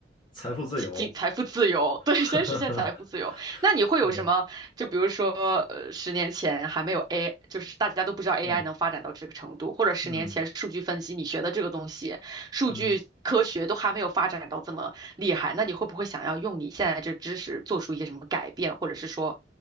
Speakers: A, on the left (about 25°); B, on the right (about 20°).
A: 财富自由。
B: 经经财富自由，<laughs> 对，
A: <laughs>
B: 先实现财富自由。那你会有什么？
A: 嗯
B: 就比如说，呃，十年前还没有 A，就是大家都不知道 AI
A: 嗯
B: 能发展到这个程度，或者十年前数据分析你学的这个东西，
A: 嗯
B: 数据科学都还没有发展到这么厉害，
A: 嗯
B: 那你会不会想要用你现在这知识做出一些什么改变，或者是说，